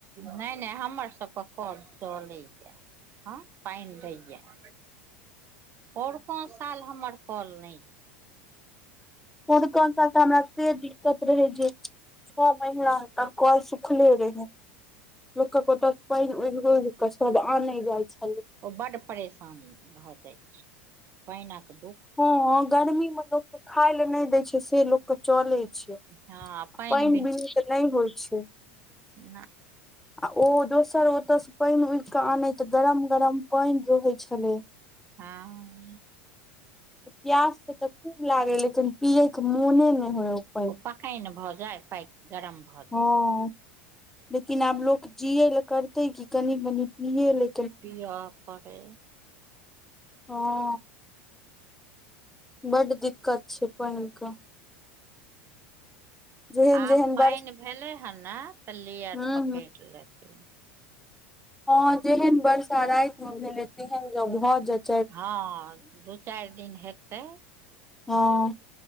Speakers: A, on the right; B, in the centre.
A: नै नै हमर सब कऽ कल चलैय हँ पाइन दै यऽ पौउरका साल हमर कल नै
B: पौउरका साल तऽ हमरा से दिक्कत रहै जे छ महीना तक कल सुखले रहे लोक ओत स पाइन उघ उघ कऽ सब आने जाइ छलै
A: ओ बड्ड परेशानी भऽ जाइ छै पाइनक दुःख
B: हँ गर्मी में लोक कऽ खाय ले नें दै छै से लोक चले छै
A: हँ
B: <inaudible>
A: पानि
B: पाइन बीनू तऽ नै होइ छै
A: ना
B: आ ओ दोसर ओते स पाइन उघ कऽ आने तऽ गरम गरम पाइन रहै छलै
A: हँ
B: प्यास स तऽ खूब लागे लेकिन पियै कऽ मोने नै होय उ पाइन
A: ओ पाकाइन भऽ जा पै गरम भऽ
B: ह
A: जाय
B: <inaudible> लेकिन आब लोक जियए लऽ करते कऽ कनि मनी पियए ले
A: पिय पड़ै
B: ह बड़ दिक्कत छै पहिन कऽ जेहन
A: आब
B: जेहन
A: पान
B: बर्ष
A: भेले हन ने त लेयर
B: हूँ
A: पकड़ लेत
B: ह जेहन वर्षा राति मे भेले तेहन ज भऽ जेत
A: हँ दू चारि दिन हेतै।
B: हँ